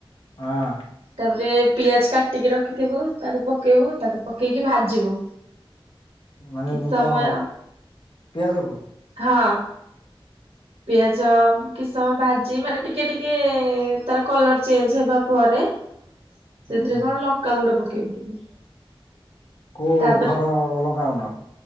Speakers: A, on the left; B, on the right.
A: ହଁ
B: ତାପରେ ପିଆଜ କାଟିକି ରଖିଥିବୁ ତାକୁ ପକେଇବୁ ତାକୁ ପକେଇକି ଭାଜିବୁ।
A: ମାନେ
B: କିଛି
A: ମୁ
B: ସମୟ
A: କଁ ପିଆଜ କୁ।
B: ହଁ ପିଆଜ। କିଛି ସମୟ ଭାଜି ମାନେ ଟିକେ ଟିକେ ତାର କଲର ଚେଞ୍ଜ ହେବା ପରେ।
A: ହୁଁ
B: ସେଇଥିରେ କଣ ଲଙ୍କାଗୁଣ୍ଡ ପକେଇବୁ ଟିକେ।
A: କୋଉ
B: ତାପରେ
A: ଘର ଲଙ୍କା ଗୁଣ୍ଡ